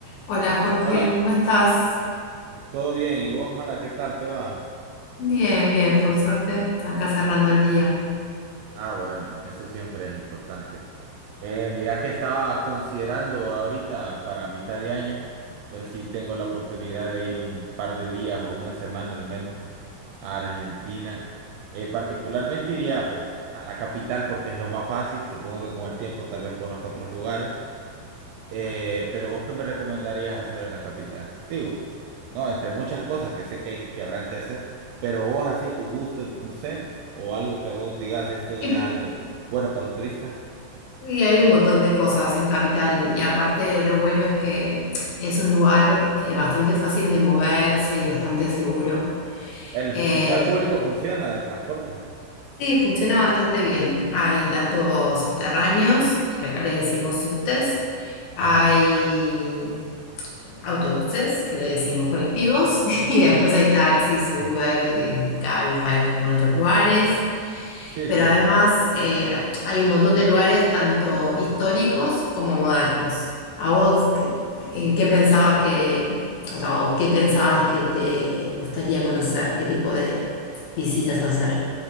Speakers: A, on the left (about 75°); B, on the right (about 85°).
A: Hola Jorge,
B: Hola,
A: ¿cómo estás?
B: ¿todo bien? ¿Y vos, Mara, qué tal te va?
A: Bien, bien, por suerte, acá cerrando el día.
B: Ah, bueno, eso siempre es importante. Eh, mira que estaba considerando ahorita para mitad de año, ver si tengo la oportunidad de ir un par de días o una semana al menos a Argentina. Eh, particularmente iría pues a la capital porque es lo más fácil, supongo que con el tiempo tal vez conozco otros lugares. Eh, pero vos, ¿qué me recomendarías hacer en la capital? Digo, no, entre muchas cosas que sé que, hay- que habrán que hacer, pero vos así, tu gusto, no sé, o algo que vos digas, esto es
A: Y,
B: algo bueno para un turista.
A: y hay un montón de cosas en Capital y aparte lo bueno es que es un lugar eh, bastante fácil de moverse y bastante seguro.
B: El
A: Eh,
B: sistema público funciona de transporte.
A: sí, funciona bastante bien. Hay tanto subterráneos, que acá le decimos subtes, hay
B: Ajá.
A: autobuses, que le decimos colectivos, <laughs> y después hay taxis, Uber
B: Sí,
A: y Cabify como en otros lugares.
B: sí,
A: Pero
B: sí.
A: además eh, hay un montón de lugares tanto históricos como modernos. ¿A vos qué- en qué pensabas que, o sea, o qué pensabas que te gustaría conocer? ¿Qué tipo de visitas hacer?